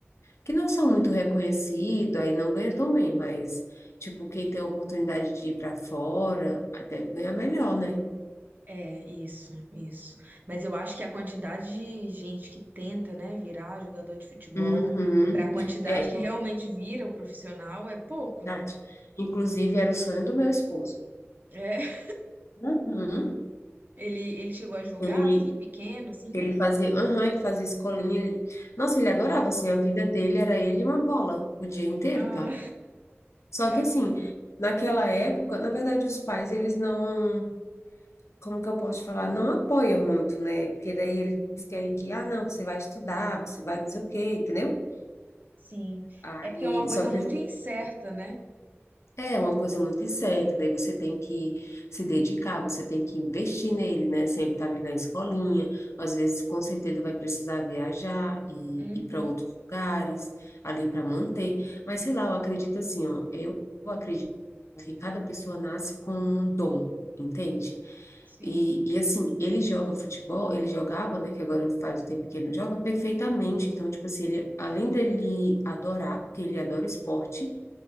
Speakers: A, on the left (about 80°); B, on the right (about 40°).
A: que não são muito reconhecidos, aí não ganham tão bem, mas, tipo, quem tem a oportunidade de ir para fora, aí deve ganhar melhor, né?
B: É, isso, isso. Mas eu acho que a quantidade de gente que tenta, né, virar jogador de futebol,
A: Uhum.
B: pra quantidade
A: É
B: que realmente vira o profissional, é pouco,
A: verdade.
B: né?
A: Inclusive, era o sonho do meu esposo.
B: É.
A: Uhum.
B: Ele, ele chegou a jogar
A: Ele,
B: assim, pequeno, assim?
A: ele fazia, uhum, ele fazia escolinha. ele- Nossa, ele adorava, assim, a vida dele era ele e uma bola o dia inteiro,
B: Ah,
A: tá? Só
B: <laughs> cara.
A: que, assim, naquela época, na verdade, os pais, eles não, como que eu posso te falar, não apoiam muito, né? Porque daí eles querem que, ah, não, você vai estudar, você vai não sei o quê, entendeu?
B: Sim.
A: Aí,
B: É porque é uma coisa
A: só
B: muito
A: que
B: incerta, né?
A: É uma coisa muito incerta, daí você tem que se dedicar, você tem que investir nele, né? Sempre estar ali na escolinha, às vezes com certeza vai precisar viajar e
B: Uhum,
A: ir para outros lugares, ali para manter. Mas sei lá, eu acredito assim, ó, eu acredito que cada pessoa nasce com um dom, entende?
B: sim.
A: E, e assim, ele joga futebol, ele jogava, né? Que agora faz o tempo que ele não joga, perfeitamente. Então, tipo assim, ele, além dele adorar, porque ele adora esporte.